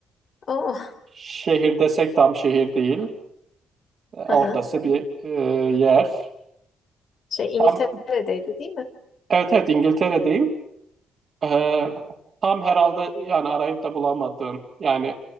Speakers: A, on the left (about 55°); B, on the right (about 50°).
A: Oo.
B: Şehir desek tam şehir değil. E, Ortası
A: Hı hı.
B: bir e, yer.
A: Şey İngiltere'deydi
B: Tam,
A: değil mi?
B: evet evet İngiltere'deyim. E, tam herhalde yani arayıp da bulamadığım. Yani